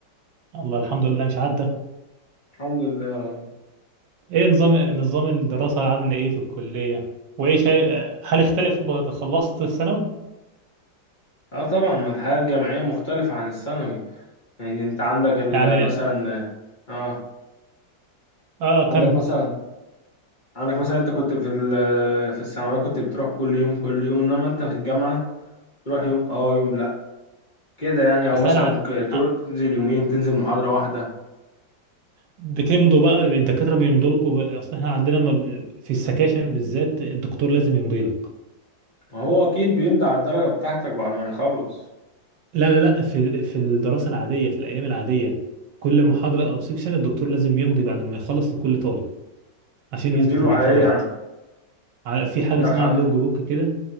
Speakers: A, on the right; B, on the left.
A: الله الحمد لله مش عدى
B: الحمد لله
A: ايه نظام نظام الدراسه عامله ايه في الكليه وايه شيء هل اختلف بعد خلصت الثانوي
B: اه طبعا ما الحياة الجامعية مختلفة عن الثانوي يعني انت عندك ال-
A: يعني
B: مثلا اه
A: اه كمل
B: عندك مثلا عندك مثلا انت كنت في ال- في الثانوية كنت بتروح كل يوم كل يوم انما انت في الجامعة تروح يوم اه يوم لا كده يعني او
A: اصل
B: مثلا
A: انا ع-
B: ك- تروح
A: آه،
B: تنزل يومين تنزل محاضرة واحدة
A: بتمضوا بقى الدكاتره بيمضوا لكم اصل احنا عندنا ما ب- في السكاشن بالذات الدكتور لازم يمضي لك
B: ما هو اكيد بيمضي على الدرجة بتاعتك بعد ما يخلص
A: لا لا لا في في الدراسه العاديه في الايام العاديه كل محاضره او سكشن الدكتور لازم يمضي بعد ما يخلص لكل طالب عشان
B: يمديله
A: يثبت انك
B: عليه
A: حضرت
B: يعني
A: على- في حاجه
B: عندك
A: اسمها
B: حد
A: اللوج بوك كده